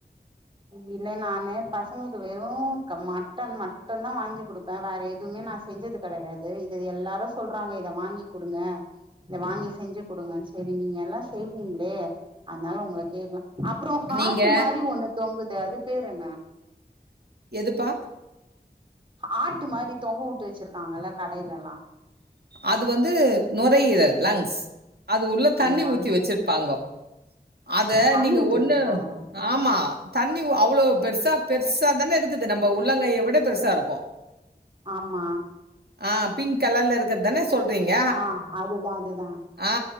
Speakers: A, on the right; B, on the right.
A: இல்ல நானு பசங்களுக்கு வெறும் க மட்டன் மட்டும் தா வாங்கி குடுப் பே வேற எதுவுமே நா செஞ்சது கெடையாது இத எல்லாரு சொல்றாங்க இத வாங்கி் குடுங்க இத வாங்கி செஞ்சு குடுங்க சேரி நீங்க எல்லா செய்வீங்களே அத்னால உங்க கேக்லா அப்பறோ ஹாட்டு
B: நீங்க
A: மாறி ஒண்ணு தொங்குதே அது பேரு என்ன
B: எதுப்பா
A: ஆட்டு மாரி தொங்க விட்டு வச்சிருக்காங்கல்ல கடைல எல்லா
B: அது வந்து நுரையீரல் லங்ஸ் அது உள்ள தண்ணி
A: இல்லாங்
B: ஊத்தி வச்சிர் ப்பாங்கோ அத
A: தண்ணி
B: நீங்க
A: ஊத்தி
B: ஒண்ணு
A: வச்சிருப்பாங்களா
B: ஆமா தண்ணி அவ்வளோ பெருசா பெருசா தானே இருக்குது நம்ம உள்ளங்கைய விட பெருசா இருக்கு
A: ஆமா
B: ஆ பிங்க் கலர்ல இருக்குறது தான சொல்றீங்க
A: ஆ அதுதா அதுதா
B: ஆ